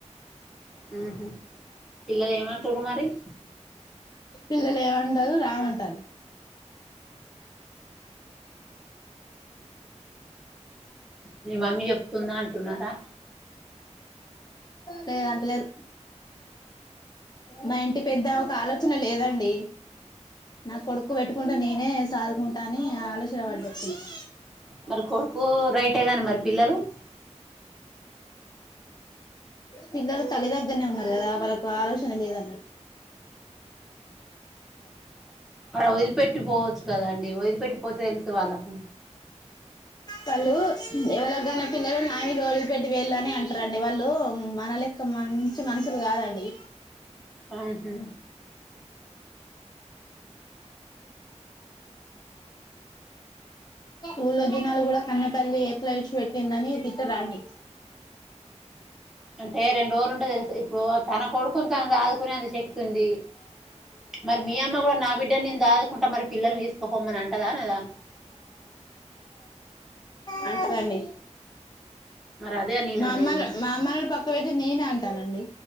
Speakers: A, in the centre; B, on the left (about 35°).
A: మ్మ్ పిల్లలు ఏమంటుర్రు మరి
B: పిల్లలేమంటారు రామంటాల్
A: మీ మమ్మీ చెప్తుందా అంటున్నారా
B: లేద్ అంటలేర్ మా ఇంటి పెద్ద ఒక ఆలోచన లేదండి నా కొడుక్కు పెట్టుకుంటే నేనే సాదుకుంటా అని ఆలోచన పడ్డట్టునద్
A: మరి కొడుకు రైటేగాని మరి పిల్లలు
B: పిల్లలు తల్లి దగ్గరనే ఉన్నారు కదా వాళ్ళకు ఆలోచన లేదన్నట్
A: అడ వదిలిపెట్టి పోవచ్చు కదండి వదిలిపెట్టిపోతే తెలిసు వాళ్ళకు
B: వాళ్ళు ఎవలాక కన్న పిల్లలు నామీద ఒదిలిపెట్టి పోళ్ళని అంటారండి వాళ్ళు మన లెక్క మంచి మనుషులు కాదండి
A: ఆ హు
B: ఊళ్ళో జనాలు కూడా కన్న తల్లి ఎట్ల విడిచి పెట్టిందని తిట్టరా అండి
A: అంటే రెండు రోజులు ఉంటె తెలుస్ ఇప్పుడు తన కొడుకు తన్ సదుకునే అంత శక్తి ఉంది మరి మీ అమ్మ కూడా నా బిడ్డ నేను సాధుకుంటా మరి పిల్లల్ని తీసుక పోమ్మనంటదా అనదా
B: అంటదండీ
A: మరి అదే నేను
B: మా
A: అనేది
B: అమ్మాన్
A: కూడా
B: మా అమ్మను పక్క పెట్టి నేనే అంటానండి